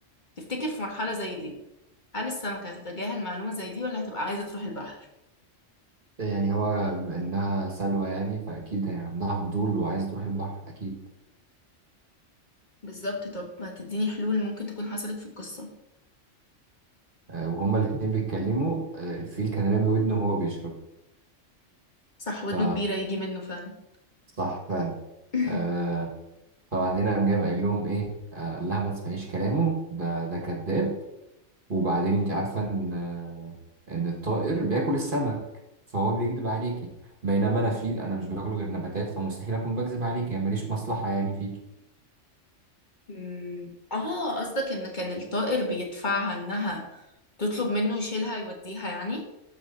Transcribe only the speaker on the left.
تفتكر في مرحلة زي دي هل السمكة هتتجاهل معلومة زي دي ولا هتبقى عايزة تروح البحر
بالظبط طب ما تديني حلول ممكن تكون حصلت في القصة
صح ودنه
كبيرة يجي منه فعلا
<laughs>
أمم، اه قصدك ان كان الطائر بيدفعها انها تطلب منه يشيلها يوديها يعني